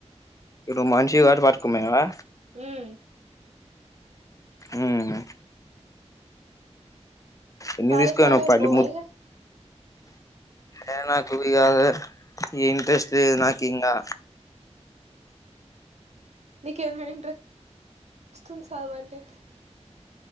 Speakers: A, on the left; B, on the right.
A: ఇప్పుడు నువ్వు మనిషివి కాబట్టి పట్టుకొని పోయినవా
B: ఉమ్
A: ఉ హు ఎన్ని
B: కాలేజీ
A: తీసుకుపోయినవ్
B: స్టార్ట్ అయింది
A: పల్లి
B: పోవాయిగా
A: ఏ నాకు వీలు కాదు ఇంట్రెస్ట్ లేదు ఇంగా
B: నీకేమైంది రా మొత్తం చదవట్లే